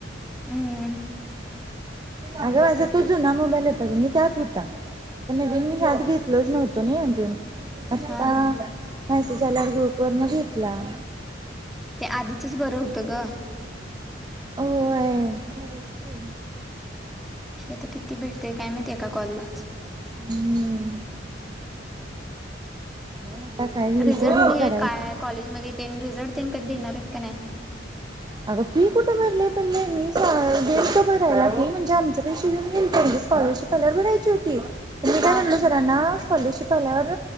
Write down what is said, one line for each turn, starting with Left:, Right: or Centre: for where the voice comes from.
Centre: हम्म
Right: आग माझा तो जुना मबाईल होता ग त्यात होता नवीन हत घेतलंच नव्हतं ना अजून आता
Centre: हा हा
Right: मेसेज आल्या गुप वर न घेतला
Centre: ते आधीचच बरं होतं ग
Right: होय खरंच ते
Centre: शी आता किती भेटतेय काय माहती एका कॉलला
Right: हम्म आता काय होईल
Centre: रिझल्ट
Right: ते होईल
Centre: प हे
Right: करायचं.
Centre: काय कॉलेजमध्येध्ये ते रिझल्ट ते कधी देणार आहेत का नाही
Right: अग फी कुठ भरले
Centre: <inaudible>
Right: गेलतो ब भरायला मी म्हणजे आमच्या पैशी घेऊन गेलतो तोस्कॉलरशिप आल्यावर भरायची होती. मी काय
Centre: हा
Right: म्हणलो सरांना स्कॉलरशिप आल्यावर